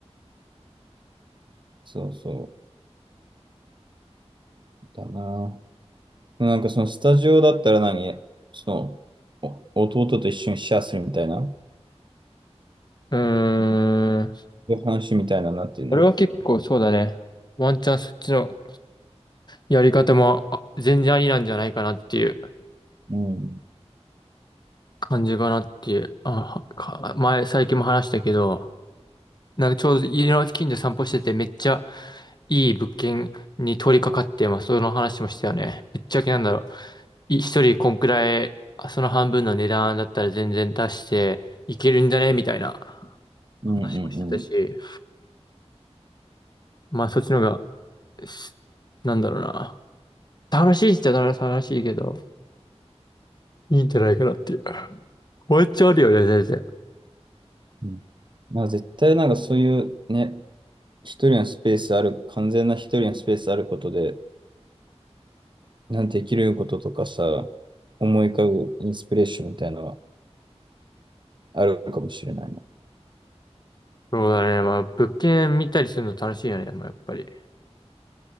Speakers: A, on the right; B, on the left.
A: そうそうだな。なんかそのスタジオだったら何そのお弟と一緒にシェアするみたいな、そ
B: うーん。
A: ういう話みたいななっていうの。
B: 俺は結構そうだね。ワンチャンそっちのやり方もあ全然ありなんじゃないかなっていう
A: うん。
B: 感じかなっていう。あ、か前、最近も話したけど、なんかちょうど家の近所散歩しててめっちゃいい物件に取り掛かって、まあその話もしたよね。ぶっちゃけなんだろう。い一人こんくらい、あその半分の値段だったら全然出していけるんじゃねみたいな
A: うんうんうん。
B: 話もしてたし、まあそっちの方が、すなんだろうな。楽しいっちゃ楽しいけど、いいんじゃないかなっていう。ワンチャあるよね、全然。
A: うんまあ、絶対なんかそういうね、一人のスペースある、完全な一人のスペースあることで、なんてできることとかさ、思い浮かぶインスピレーションみたいなのがあるかもしれないな。い
B: そうだね。まあ、物件見たりするの楽しいよね、まあ、やっぱり。